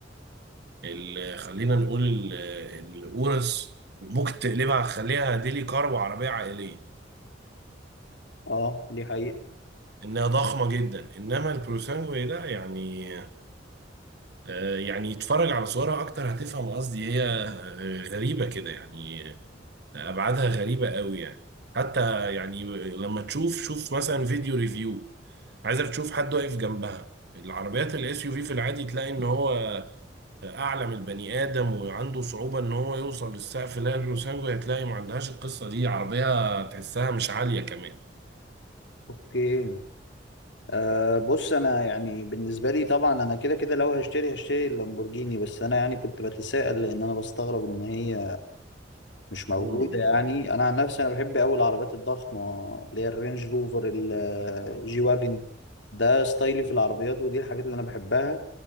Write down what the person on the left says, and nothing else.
اه دي حقيقه
اوكي آه بص انا يعني بالنسبه لي طبعا انا كده كده لو هشتري هشتري اللامبورجيني بس انا يعني كنت بتساءل لان انا بستغرب ان هي مش موجوده
يعني انا عن نفسي انا بحب قوي العربيات الضخمه اللي هي الرينج روفر الجي واجن ده ستايلي في العربيات ودي الحاجات اللي انا بحبها